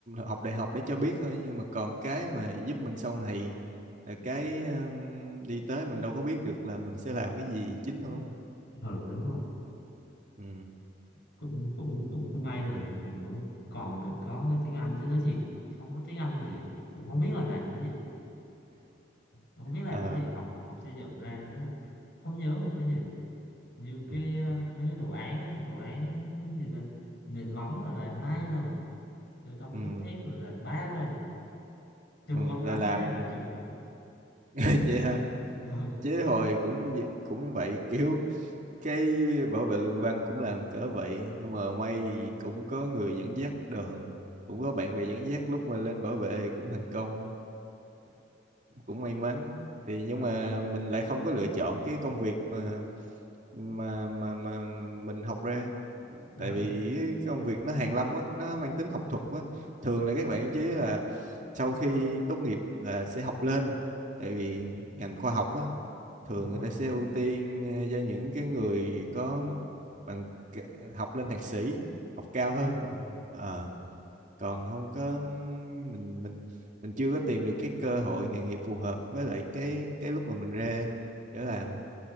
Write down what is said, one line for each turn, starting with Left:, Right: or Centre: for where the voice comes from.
Right: học đại học để cho biết thôi nhưng mà còn cái mà giúp mình sau này là cái ừm, đi tới mình đâu có biết được là mình sẽ làm cái gì chính đâu đúng không
Left: ừ đúng rồi
Right: ừ
Left: cũng cũng cũng may là cũng còn được có cái tiếng Anh chứ nói thiệt không có tiếng Anh thì cũng không biết là làm cái gì không biết làm
Right: ờ
Left: cái gì học học xây dựng ra nói thật không nhớ một cái gì như
Right: ừ
Left: cái ờ, mấy cái đồ án á, đồ án gì ta nền móng là làm hai lần bê tông
Right: ừ
Left: cốt thép là làm ba lần chật
Right: Ừm,
Left: vật lắm
Right: là làm
Left: mới ra được trường
Right: <laughs> vậy ha
Left: <laughs>
Right: chứ hồi cũng vậy- cũng vậy kiểu cái bảo vệ luận văn cũng làm cỡ vậy nhưng mà may cũng có người dẫn dắt đồ cũng có bạn bè dẫn dắt lúc mà lên bảo vệ thì cũng thành công cũng may mắn thì nhưng
Left: ừ, ừ,
Right: mà mình lại không có lựa chọn cái công việc mà mà mà mà mình học ra
Left: ừ,
Right: tại vì cái công việc nó hàn lâm quá nó mang tính học thuật quá thường là các bạn chế là sau khi tốt nghiệp là sẽ học lên tại vì ngành khoa học á thường
Left: đúng rồi
Right: người ta sẽ ưu tiên ờ, cho những cái người có bằng học lên thạc sĩ học cao
Left: đúng
Right: hơn
Left: rồi
Right: Ờ, còn không có mình mình mình chưa có tìm được cái cơ hội nghề nghiệp phù hợp với lại cái cái lúc mà mình ra để làm